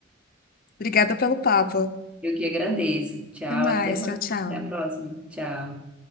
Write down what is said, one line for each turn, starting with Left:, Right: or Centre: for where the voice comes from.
Left: Obrigada pelo papo.
Centre: Eu que agradeço. Tchau,
Left: Até mais.
Centre: até mais.
Left: Tchau, tchau.
Centre: Até a próxima. Tchau.